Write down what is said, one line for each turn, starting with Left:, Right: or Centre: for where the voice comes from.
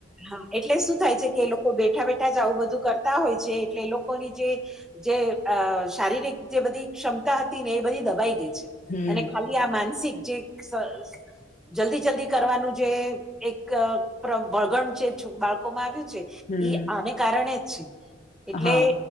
Centre: હા એટલે શું થાય છે, કે એ લોકો બેઠા બેઠા જ આવું બધું કરતા હોય છે, એટલે એ લોકોની જે જે અ શારીરિક જે બધી ક્ષમતા હતી ને એ બધી દબાઈ ગય છે.
Left: હમ
Centre: અને ખાલી આ માનસિક જે સ જલ્દી જલ્દી કરવાનું જે એક પ્ર- વળગણ જે બાળકોમાં આવ્યું છે.
Left: હમ
Centre: ઈ આને કારણે જ છે, એટલે
Left: હા